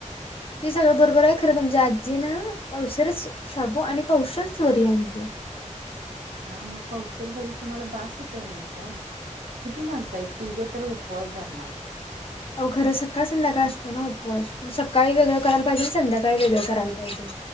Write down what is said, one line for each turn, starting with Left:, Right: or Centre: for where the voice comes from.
Left: ते सगळं बरोबर आहे खरं तुमच्या आजीनं पावशेरच शाबू आणि पावशेरच वरी आणली आहे.
Right: हा मग पावशेर वरी तुम्हाला बास होत्या वहिनीसाहेब. किती माणसं आहेत तिघं तर उपवास धरणार.
Left: आओ खरं सकाळ संध्याकाळ असतोय ना उपवास. मग सकाळी वेगळं करायला पाहिजे आणि संध्याकाळी वेगळं करायला पाहिजे.